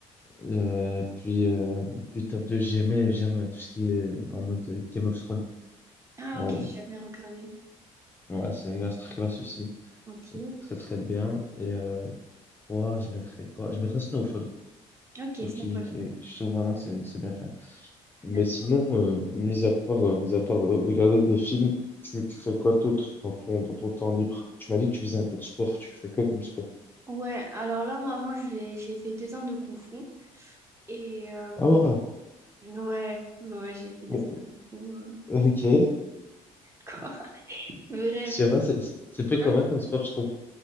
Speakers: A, on the left; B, on the right.
A: Euh, puis, euh, puis top 2 j'aimais, j'aime tout ce qui est en mode euh, Game of Thrones.
B: Ah,
A: Ouais,
B: ok, j'ai jamais regardé.
A: ouais, c'est grâce très classe aussi.
B: Ok.
A: Très, très bien. Et euh, 3, je mettrais quoi? Je mettrais Snowfall.
B: Ok,
A: Je trouve
B: Snowfall.
A: qu'il, qu'il- je trouve vraiment que c'est c'est bien fait. Mais
B: D'accord.
A: sinon, euh, mis à part, euh, mis à part euh, regarder des films, tu, tu fais quoi d'autre dans ton, dans ton temps libre? Tu m'as dit que tu faisais un peu de sport. Tu fais quoi comme sport?
B: Ouais, alors là, moi, avant, j'ai j'ai fait deux ans de Kung Fu. Et euh,
A: Ah ouais.
B: ouais, ouais, j'ai fait deux
A: Bon,
B: ans de Kung Fu. euh,
A: ok.
B: <laughs> Quoi? Bref.
A: Je pas, c'est c'est- c'est peu commun
B: Hein?
A: comme sport, je trouve.